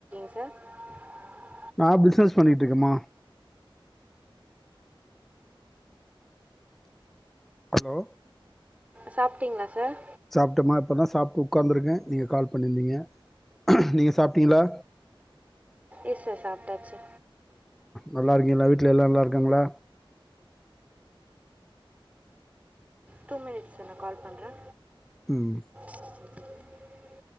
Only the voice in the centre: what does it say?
நா பிஸ்னஸ் பண்ணிட்ருக்கேமா ஹலோ
சாப்ட்டேமா இப்ப தா சாப்ட்டு உக்காந்துருக்கே நீங்க கால் பண்ணிருந்தீங்க நீங்க சாப்ட்டீங்களா
நல்லாருக்கீங்களா வீட்ல எல்லாரு நல்லாருக்காங்களா
உம்